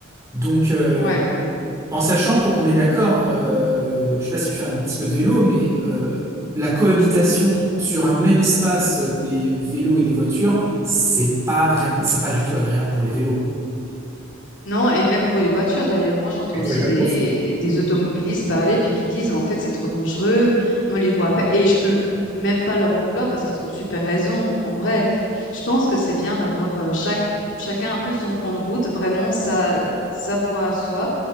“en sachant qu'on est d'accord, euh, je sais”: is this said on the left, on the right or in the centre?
Right